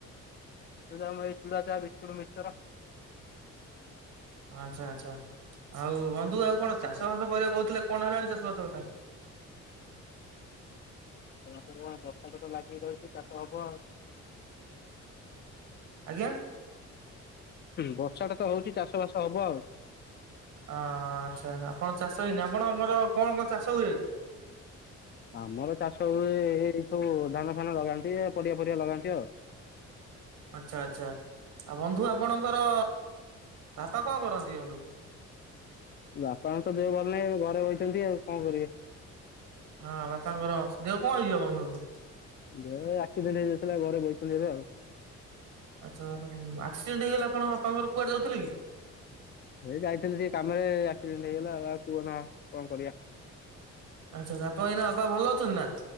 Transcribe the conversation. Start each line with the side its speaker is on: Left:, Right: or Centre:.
Left: ଆମ ଏଇ ଚୁଡ଼ା, ଚାଆ, ବିସ୍କୁଟ, ମିକ୍ସର।
Right: ଆଚ୍ଛା ଆଚ୍ଛା ଆଉ ବନ୍ଧୁ
Left: ବର୍ଷା
Right: ଆଉ କଣ
Left: ଟା
Right: ଚାଷ ବାସ କରିବାକୁ କହୁଥିଲେ କଣ ହେଲାଣି ଚାଷବାସ କଥା?
Left: <unintelligible> ଦଶାଟା ତ ଲାଗି ରହୁଚି ଚାଷ ହବ ଆଉ।
Right: ଆଜ୍ଞା?
Left: ବର୍ଷାଟା ତ ହୋଉଚି ଚାଷବାସ ହବ ଆଉ।
Right: ଅ ଆଚ୍ଛା ଆପଣ ଚାଷ ହେଇନି ଆପଣଙ୍କର କଣ କଣ ଚାଷ ହୁଏ?
Left: ଆମର ଚାଷ ହୁଏ ଏଇ ସବୁ ଧାନ ଫାନ ଲଗାନ୍ତି ପରିବା ପରିବା ଲଗାନ୍ତି ଆଉ।
Right: ଆଚ୍ଛା ଆଚ୍ଛା ଆଉ ବନ୍ଧୁ ଆପଣଙ୍କର ବାପା କଣ କରନ୍ତି ବନ୍ଧୁ?
Left: ବାପା ମା ତ ଦେହ ଭଲ ନାହିଁ ଏ ଘରେ ରହିଛନ୍ତି ଆଉ କଣ କରିବେ?
Right: ହଁ ବାପାଙ୍କର ଦେହ କଣ ହେଇଯିବ ବନ୍ଧୁ?
Left: ମୋର ଆକ୍ସିଡେଣ୍ଟ ହେଇଯାଇଥିଲା ଘରେ ବହିସଥିଲି ଏବେ ଆଉ।
Right: ଆଚ୍ଛା ଆକ୍ସିଡେଣ୍ଟ ହେଇଗଲା କଣ ବାପାଙ୍କର କୁଆଡେ ଯାଉଥିଲେ କି?
Left: ହେଇ ଯାଇଥିଲି ଟିକେ କାମରେ ଆକ୍ସିଡେଣ୍ଟ ହେଇଗଲା ଆଉ ଆଉ କୁହ ନା କଣ କରିବା।
Right: ଆଚ୍ଛା ଆପଣ ବାପା ଭଲ ଅଛନ୍ତି ନା?